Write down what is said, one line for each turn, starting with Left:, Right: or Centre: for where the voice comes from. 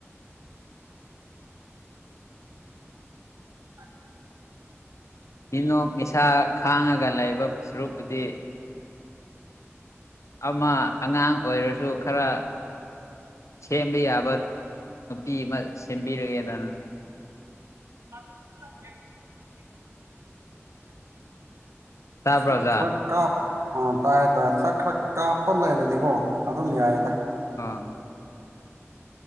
Right: <inaudible>
Left: ꯃꯤꯅꯣꯛ ꯃꯤꯁꯥ ꯈꯥꯡꯉꯒ ꯂꯩꯕ ꯁꯔꯨꯛꯄꯨꯗꯤ ꯑꯃ ꯑꯉꯥꯡ ꯑꯣꯏꯔꯁꯨ ꯈꯔ ꯁꯦꯝꯕ ꯌꯥꯕ ꯅꯨꯄꯤ ꯑꯃ ꯁꯦꯝꯕꯤꯔꯒꯦꯗꯅ
Right: <inaudible>
Left: ꯇꯥꯕ꯭ꯔꯣ
Right: ꯁꯛ
Left: ꯑꯣꯖꯥ
Right: ꯈꯔ ꯀꯥꯞ ꯑ ꯇꯥꯏꯗ ꯁꯛ ꯈꯔ ꯀꯥꯞꯄ ꯂꯩꯔꯗꯤꯀꯣ ꯑꯗꯨꯝ ꯌꯥꯏꯗ
Left: ꯑꯥ